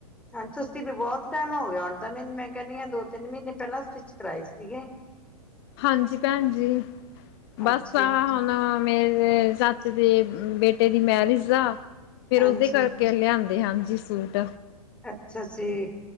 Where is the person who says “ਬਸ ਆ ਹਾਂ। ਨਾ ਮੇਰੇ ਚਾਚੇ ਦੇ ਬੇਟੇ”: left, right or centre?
Left